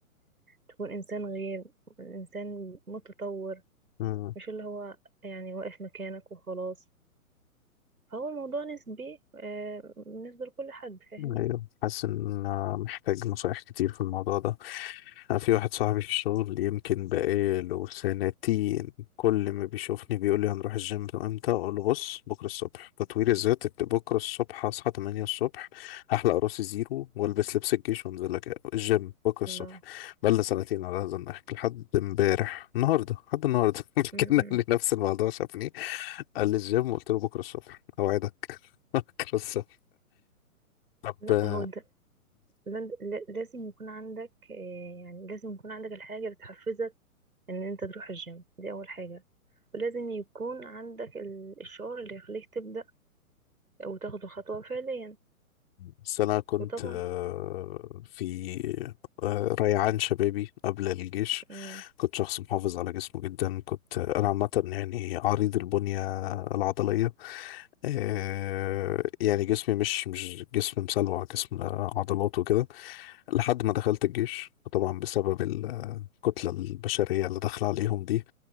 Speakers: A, on the right; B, on the left.
A: تكون انسان غير انسان متطور
B: مم.
A: مش اللي هو يعني واقف مكانك وخلاص فهو الموضوع نسبي آه بالنسبة لكل حد فاهمني
B: ايوه حاسس ان أنا محتاج نصايح كتير في الموضوع ده أنا في واحد صاحبي في الشغل يمكن بقاله سنتين كل ما بيشوفني بيقول لي هنروح الجيم امتى اقول له بص بكره الصبح تطوير الذات ابت- بكره الصبح هصحى 8 الصبح هحلق راسي زيرو والبس لبس الجيش وانزل لك الجيم بكره الصبح
A: الله
B: بقالنا سنتين على هذا النحو لحد امبارح النهارده لحد النهارده <laughs>
A: م- م.
B: كان قال لي نفس الموضوع شافني قال لي الجيم قلت له بكره الصبح اوعدك <laughs> بكره الصبح طب
A: لا هو انت لا- لا- لازم يكون عندك آه، يعني لازم يكون عندك الحاجة اللي تحفزك ان انت تروح الجيم دي اول حاجة ولازم يكون عندك ال- الشعور اللي يخليك تبدأ وتاخد الخطوة فعليا
B: بس أنا كنت
A: وطبعا
B: آه، في آه، ريعان شبابي قبل الجيش
A: مم،
B: كنت شخص محافظ على جسمه جدا كنت أنا عامة يعني عريض البنية العضلية آه، يعني جسمي مش مش جسم مسلوع جسم عضلات وكده لحد ما دخلت الجيش طبعا بسبب الكتلة البشرية اللي داخلة عليهم دي